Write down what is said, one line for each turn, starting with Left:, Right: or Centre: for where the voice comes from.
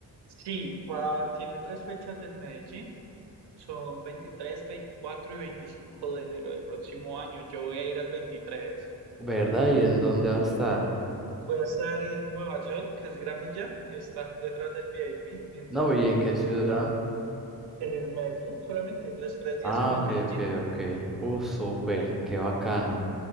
Right: Sí, va, tiene tres fechas en Medellín. Son 23, 24 y 25 de enero del próximo año. Yo voy a ir al 23.
Centre: ¿Verdad? ¿Y en dónde va a estar?
Right: Voy a estar en Nueva York, que es Gramilla, está detrás del VIP. Entonces,
Centre: No, ¿y en qué ciudad?
Right: en Medellín solamente. Los tres días
Centre: Ah,
Right: son en
Centre: ok,
Right: Medellín.
Centre: ok, ok. Uh, súper, qué bacano.